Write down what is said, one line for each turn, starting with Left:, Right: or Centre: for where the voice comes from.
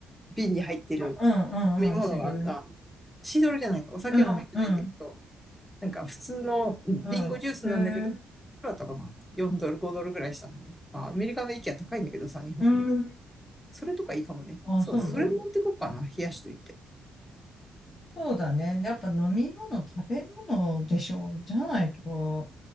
Centre: 瓶に入ってる
Left: う
Centre: 飲み物があんだ。
Left: ん、うん、シグル。ん
Centre: シードルじゃないんだ、お酒は入ってないんだけど、
Left: うん、うん、
Centre: なんか普通のリンゴジュースなんだけど、
Left: うん。へえ、
Centre: いくらだったかな ?4 ドル、5ドルぐらいしたのね。あ、アメリカのイケア高いんだけどさ、日本より。
Left: うん。
Centre: それとかいいかもね。
Left: ああ、
Centre: そうだ、
Left: そうなの。
Centre: それ持ってこうかな、冷やしといて。
Left: そうだね。やっぱ飲み物、食べ物でしょう。じゃないと、